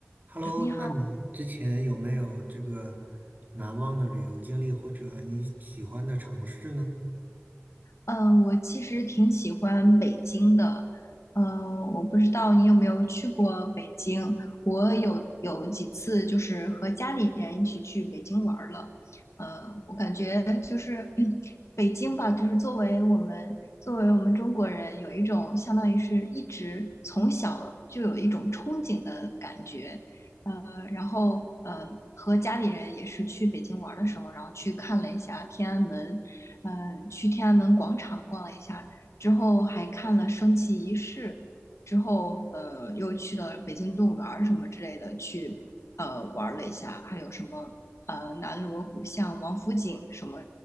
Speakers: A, on the right; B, on the left.
A: Hello，
B: 你好，
A: 那你之前有没有这个难忘的旅游经历，或者你喜欢的城市呢？
B: 嗯、我其实挺喜欢北京的，呃，我不知道你有没有去过北京，我有有几次就是和家里人一起去北京玩儿了，呃，我感觉就是 <clears throat> 北京吧，就是作为我们作为我们中国人，有一种相当于是一直从小就有一种憧憬的感觉，呃，然后呃和家里人也是去北京玩儿的时候，然后去看了一下天安门。嗯，去天安门广场逛了一下，之后还看了升旗仪式，之后呃又去了北京动物园儿什么之类的去呃玩了一下，还有什么呃南锣鼓巷、王府井什么